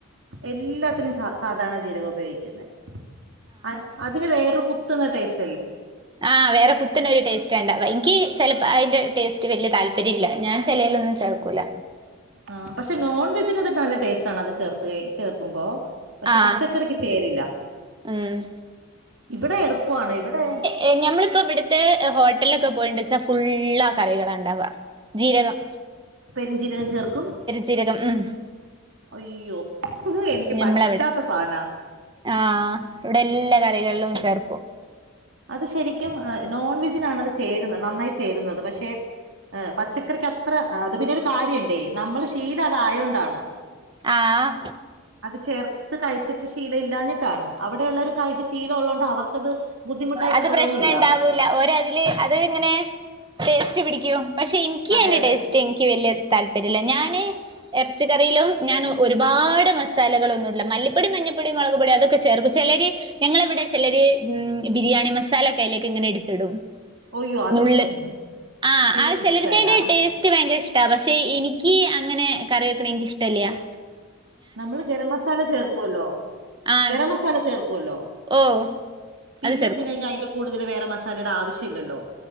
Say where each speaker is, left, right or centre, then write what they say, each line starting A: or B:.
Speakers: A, on the right; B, on the right.
A: എല്ലാത്തിലും സ സാധാരണ ജീരകാപയോഗിക്കുന്നെ. ആഹ് അതിന് വേറൊരു കുത്ത്ന്ന ടേസ്
B: ആഹ് വേറെ കുത്ത്ണോരു ടേസ് ക്കെണ്ട ഇൻക്കി ചെൽപ്പ അയിന്റെ ടേസ്റ്റ് വല്യ താല്പര്യല്ല ഞാൻ ചെലെയിലെന്നും ചേർക്കൂല.
A: ആഹ് പക്ഷേ നോൺ വെജിനൊക്കെ നല്ല ടേസ്റ്റാണ് അത് ചേർത്തഴി ചേർക്കുമ്പോ പക്ഷെ
B: ആ
A: പച്ചക്കറിക്ക് ചേരില്ല
B: ഉം
A: ഇവിടെ എളുപ്പാണ് ഇവിടെ
B: ഏ ഞമ്മളിപ്പവിട്ത്തെ ഹോട്ടൽലൊക്കെ പോയിണ്ടെച്ചാ ഫുള്ളാ കറികളാണ്ടാവാ ജീരകം.
A: പെര് ജീരകം ചേർക്കും.
B: ജീരകം ഉം
A: അയ്യോ എനിക്ക്
B: ഞമ്മളവിടെ
A: പറ്റാത്ത സാധനാ
B: ആഹ് ഇവിടെല്ലാ കറികള്ലും ചേർക്കും.
A: അത് ശരിക്കും നോൺവെജിനാണ് അത് ചേരുന്നെ നന്നായി ചേരുന്നത് പക്ഷെ ഏഹ് പച്ചക്കറിക്കത്ര അത് പിന്നോരു കാര്യണ്ടേ നമ്മളെ ശീലതായൊണ്ടാണ്.
B: ആഹ്
A: അത് ചേർത്ത് കഴിച്ചിട്ട് ശീലല്ലാഞ്ഞിട്ടാണ് അവിടെയുള്ളേര് കഴിച്ച് ശീലള്ളോണ്ട് അവർക്കത് ബുദ്ധിമുട്ടായിട്ട്
B: അത്
A: തോന്നില്ല
B: പ്രശ്നണ്ടാവൂല ഓരതില് അത്ങ്ങനെ ടേസ്റ്റ് പിടിക്കും. പക്ഷെ ഇൻക്കി
A: അതെ
B: അയിന്റെ
A: അതെ
B: ടേസ്റ്റ് ഇൻക്ക് വല്യ താൽപര്യല്ല്യ ഞാന്. എർച്ചി കറീലും ഞാൻ ഒരുപാട് മസാലകളൊന്നുടൂല. മല്ലിപ്പൊടി, മഞ്ഞപ്പൊടി, മളക്പൊടി, അതൊക്കെ ചേർക്കും. ചെലര് ഞങ്ങളവിടെ ചെലര് ഉം ബിരിയാണി മസാല ഒക്കെ അയിലേക്ക്ങ്ങനെ എടുത്തിടും.
A: ഒയ്യോ അത്
B: ന്നുള്ള്. ആഹ്
A: എനിക്കിഷ്ടല്ല
B: ആഹ് ചെലർക്കതിന്റെ ടേസ് റ്റ് ഭയങ്കര ഇഷ്ടാ. പക്ഷേ എനിക്ക് അങ്ങനെ കറി വെക്ക്ണ എനിക്കിഷ്ടല്ല്യാ
A: നമ്മള് ഗരംമസാല ചേർക്കുവല്ലോ.
B: ആ
A: ഗരമസാല ചേർക്കുവല്ലോ.
B: ഓ
A: പിന്നെന്തിനാ?
B: അത് ചേർക്കും.
A: അയിന്റെ അയിന്റെ കൂടുതല് വേറ മസാലയുടെ ആവശ്യല്ല്യല്ലോ.